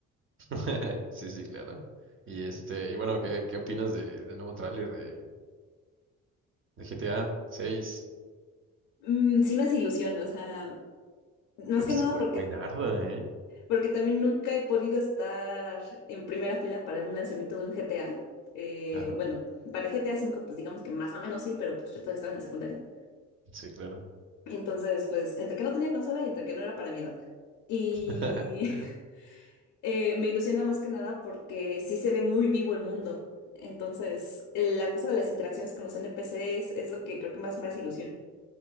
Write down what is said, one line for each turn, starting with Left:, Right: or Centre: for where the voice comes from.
Right: <laughs> Sí, sí, claro. Y este, y bueno, ¿qué, qué opinas de, del nuevo tráiler de, de GTA seis?
Left: Mm, sí me hace ilusión, o sea, más
Right: Uf,
Left: que
Right: se
Left: nada
Right: fue
Left: porque,
Right: buenardo, ¿eh?
Left: porque también nunca he podido estar en primera fila para un lanzamiento de un GTA. Eh,
Right: Ajá,
Left: bueno, para el GTA cinco pues digamos que más o menos sí, pero pues yo todavía estaba en la secundaria.
Right: sí, claro.
Left: Entonces, pues, entre que no tenía consola y entre que no era para mi edad. Y
Right: <laughs>
Left: <laughs> eh, me ilusiona más que nada porque sí se ve muy vivo el mundo. Entonces, eh, la cosa de las interacciones con los NPCs es lo que creo que más me hace ilusión.